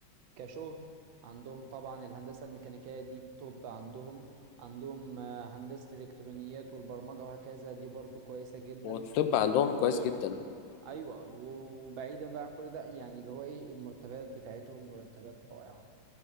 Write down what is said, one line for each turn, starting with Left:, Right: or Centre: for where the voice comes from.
Right: كشغل عندهم طبعا الهندسة الميكانيكية دي التوب عندهم عندهم آه، هندسة الإلكترونيات والبرمجة وهكذا دي برضو كويسة جدا
Left: والطب عندهم
Right: والطب
Left: كويس جدا
Right: أيوة و- وبعيدا بقى عن كل ده يعني اللي هو إيه المرتبات بتاعتهم مرتبات رائعة